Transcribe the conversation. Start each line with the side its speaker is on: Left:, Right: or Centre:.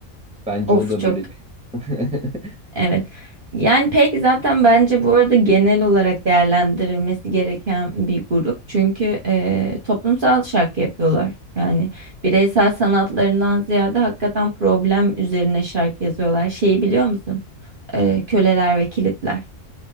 Right: <clears throat>
Centre: Bence
Right: Of
Centre: o da
Right: çok
Centre: böyle bir... <laughs>
Right: evet. Yani pek zaten bence bu arada genel olarak değerlendirilmesi gereken bir grup. Çünkü e, toplumsal şarkı yapıyorlar. Yani bireysel sanatlarından ziyade hakikaten problem üzerine şarkı yazıyorlar. Şeyi biliyor musun? E, köleler ve kilitler.